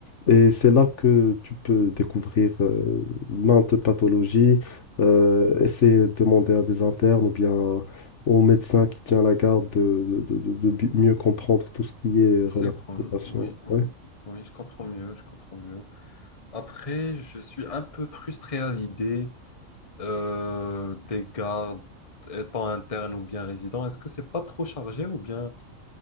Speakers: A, on the left (about 60°); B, on the left (about 30°).
A: Et c'est là que tu peux découvrir euh, maintes pathologies, euh, essayer de demander à des internes ou bien au médecin qui tient la garde de, de- de- de- de bi- mieux comprendre tout ce qui est relatif
B: C'est cool,
A: aux patients.
B: oui, oui,
A: Ouais.
B: oui, je comprends mieux, je comprends mieux. Après, je suis un peu frustré à l'idée euh, tes gardes étant internes ou bien résidents, est-ce que c'est pas trop chargé ou bien